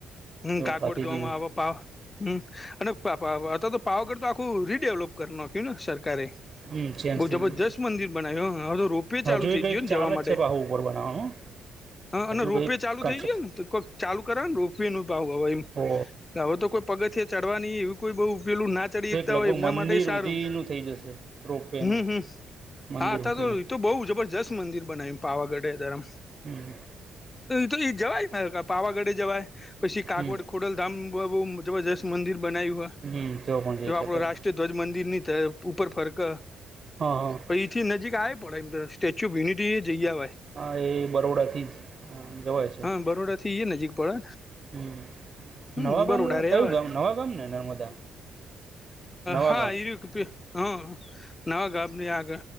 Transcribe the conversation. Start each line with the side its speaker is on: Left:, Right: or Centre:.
Left: હમ્મ કાગવડ
Right: ભાતીજીનું
Left: જોવામાં આવે પાવ હમ્મ અને તો પાવાગઢ તો આખું રીડેવલપ ને સરકારે
Right: હમ ચેન્જ
Left: બ
Right: થઈ
Left: જબરસ્ત
Right: ગયું
Left: મંદિર બનાવ્યું તો પે
Right: હજુ
Left: ચાલુ
Right: એ
Left: થઈ
Right: કંઈક
Left: ગયો ને
Right: ચાલે
Left: જવા માટે
Right: જ છે બાહુ ઉપર બનાવવાનું
Left: હ અને
Right: હજુ
Left: રોપે
Right: કંઈક
Left: ચાલુ
Right: કન્સ્ટ્રક્શન
Left: થઈ ગયો ને કોઈક ચાલુ કરવાનું રોપ ન ભાવ હવેમ
Right: ઓ
Left: હવે તો કોઈ પગથ ચડવાની એવ કોઈ બહ ઉપેલું ના ડીતા
Right: એક લગભગ
Left: હોય એમના
Right: મંદિર
Left: માટે સારું
Right: ઉધીનું થઈ જશે રોપવેનું
Left: હમ્મ હમ્મ
Right: મંદિર
Left: હા
Right: સુધીનું
Left: થ તો બહુ જબરજસ્ત મંદિર બનાય પાવાગઢે ધરમ
Right: હમ
Left: તો એ જવાય પાવાગઢે જવાય પછી કાગવડ
Right: હમ
Left: ખોડલધામ બહુ જબરજસ્ત મંદિર બનાય્યું હોય
Right: હમ તો પણ જઈ
Left: તે આપડો
Right: શકાય
Left: રાષ્ટ્રીય ધ્વજ મંદિર ની ઉપર ફરક
Right: હા હા
Left: પણ એથી નજીક આવે પડે એમ સ્ટેચ્યુ ઓફ યુનિટી એ જઈએ આવેય
Right: હ એ બરોડા થી જ જવાય છે.
Left: હા નજીક પડે
Right: હમ
Left: હમ્મ
Right: નવા
Left: બરુંડારેવા
Right: ગામ કયું ગામ નવા ગામ ને નર્મદા નવા
Left: હા
Right: ગામ
Left: <unintelligible> હ નવા ગ અમ્ની આગ